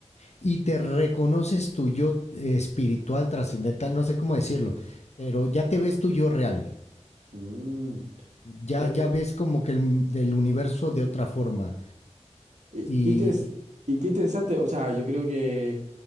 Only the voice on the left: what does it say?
y te reconoces tu yo eh, espiritual, trascendental, no sé cómo decirlo, pero ya te ves tu yo real.
Ya,
ya
ves como que el, del universo de
otra forma.
Y,
y-